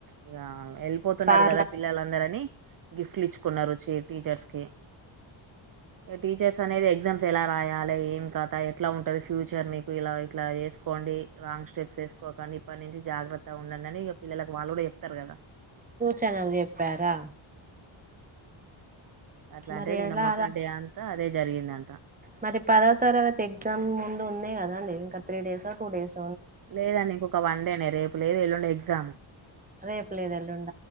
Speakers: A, on the right; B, on the right.
A: ఇక వెళ్ళిపోతున్నారు
B: సార్ల
A: కదా అందరని గిఫ్ట్లు ఇచ్చుకున్నారు టీచర్స్ కి టీచర్స్ అనేది ఎగ్జామ్స్ ఎలా రాయాలి ఏం కదా ఎట్లా ఉంటుంది ఫ్యూచర్ మీకు ఇలా ఇట్లా వేసుకోండి రాంగ్ స్టెప్స్ వేసుకోకండి ఇప్పటి నుంచి జాగ్రత్తగా ఉండండి అని ఇక పిల్లలకు వాళ్ళు కూడా చెప్తారు కదా
B: చెనల్ చెప్పారా
A: అట్లా
B: మరి
A: అంటే నేను
B: ఎలా
A: మొత్తం
B: రా
A: డే అంత అదే జరిగింది అంటా
B: మరి పదవ తరాలతి ఎగ్జామ్ ముందు ఉన్నా కదాండి ఇంకా త్రీ డేస్ టూ డేస్
A: లేదండి ఇంకొ వండేనే రేపు లేదు ఎల్లుండే ఎగ్జామ్
B: రేపు లేదు ఎల్లుండి